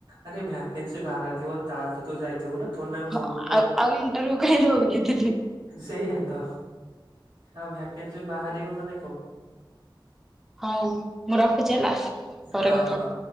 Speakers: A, on the right; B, in the centre.
A: ଆରେ ଭ୍ୟାକେନ୍ସି ବାହାରିଥିବ ତାହେଲେ ତ ତୁ ଯାଇଥିବୁ ନା? ଥୋଡି ନା କଣ ମନକୁ
B: ହଁ ଆଉ ଆଉ ଇଣ୍ଟରଭିୟୁ କାଇଁ ଦେବାକୁ ଯାଇଥିଲି।
A: ସେୟା ତ ଆଉ ଭ୍ୟାକେନସି ବାହାରିବ ମାନେ କଣ?
B: ହଉ ମୁଁ ରଖୁଛି ହେଲା? ପରେ
A: ହଁ
B: କଥା
A: ହଁ
B: ହବା।